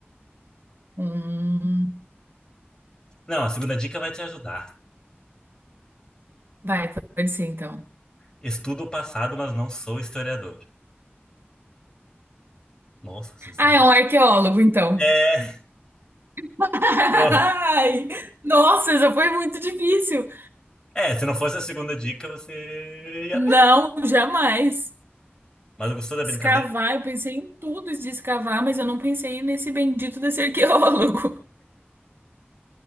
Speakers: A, on the right; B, on the left.
A: um...
B: Não, a segunda dica vai te ajudar.
A: Vai, pode ser então.
B: Estudo o passado, mas não sou historiador. Nossa, se você
A: Ah,
B: não.
A: é um arqueólogo, então.
B: É,
A: <laughs>
B: tô-
A: Ai, nossa, essa foi muito difícil.
B: é, se não fosse a segunda dica, você ia.
A: Não,
B: pe-
A: jamais.
B: Mas gostou da
A: Escavar,
B: brincadeira?
A: eu pensei em tudo de escavar, mas eu não pensei nesse bendito desse arqueólogo.